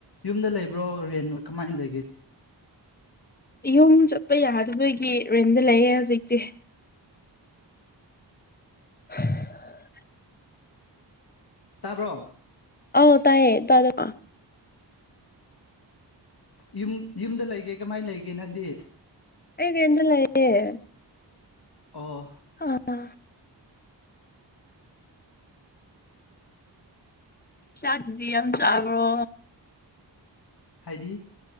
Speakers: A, on the left (about 60°); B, on the left (about 20°).
A: ꯌꯨꯝꯗ ꯂꯩꯕ꯭ꯔꯣ ꯔꯦꯟ ꯀꯃꯥꯏꯅ ꯂꯩꯒꯦ
B: ꯌꯨꯝ ꯆꯠꯄ ꯌꯥꯗꯕꯒꯤ ꯔꯔꯤꯦꯟꯗ ꯂꯩꯌꯦꯦ ꯍꯧꯖꯤꯛꯇꯤ <unintelligible>
A: ꯇꯥꯕ꯭ꯔꯣ
B: ꯑ ꯇꯥꯏꯌꯦ ꯇꯥꯗ ꯃꯥ
A: ꯌꯨꯝ ꯌꯨꯝꯗ ꯂꯩꯒꯦ ꯀꯃꯥꯏꯅ ꯂꯩꯒꯦ ꯅꯪꯗꯤ
B: ꯑꯩꯅꯦ ꯌꯦꯟ ꯂꯩꯑꯦ
A: ꯑꯣ
B: ꯑꯥ ꯆꯥꯛꯗꯤ ꯌꯥꯝ ꯆꯥꯕ꯭ꯔꯣ
A: ꯍꯥꯏꯗꯤ